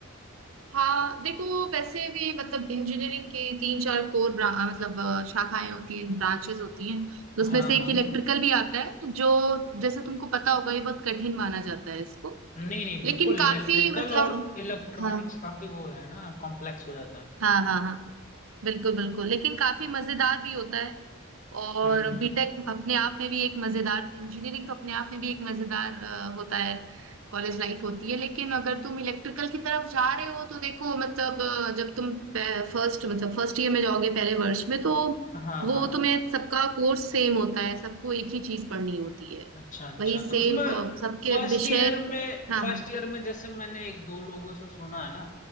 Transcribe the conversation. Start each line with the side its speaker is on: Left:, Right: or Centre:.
Right: हाँ देखो वैसे भी मतलब इंजीनियरिंग के तीन चार कोर मतलब अ, शाखाएं होती हैं ब्रांचेस होती हैं तो
Left: हाँ
Right: उसमें से
Left: हाँ
Right: एक इलेक्ट्रिकल भी आता है जो जैसे तुमको पता होगा ये बहुत कठिन माना जाता है इसको
Left: नहीं नहीं बिल्कुल
Right: लेकिन
Left: इलेक्ट्रिकल
Right: काफी मतलब
Left: और इलेक्ट्रॉनिक्स
Right: हाँ
Left: काफी वो है ना कॉम्प्लेक्स हो जाता है
Right: हाँ हाँ हाँ बिल्कुल बिल्कुल लेकिन काफी मजेदार भी होता है और
Left: हम्म हम्म
Right: बीटेक अपने आप में भी एक मजेदार इंजीनियरिंग तो अपने आप में भी एक मजेदार अ, होता है कॉलेज लाइफ होती है लेकिन अगर तुम इलेक्ट्रिकल की तरफ जा रहे हो तो देखो मतलब अ, जब तुम फर्स्ट मतलब फर्स्ट ईयर में जाओगे पहले वर्ष में तो
Left: हाँ
Right: वो
Left: हाँ
Right: तुम्हें सबका कोर्स सेम होता है सबको एक ही चीज पढ़नी होती है
Left: अच्छा अच्छा
Right: वही
Left: तो
Right: सेम
Left: उसमें
Right: सबके
Left: फर्स्ट
Right: विषय
Left: ईयर में
Right: हाँ
Left: फर्स्ट
Right: हाँ
Left: ईयर में जैसे मैंने एक दो लोगों से सुना है ना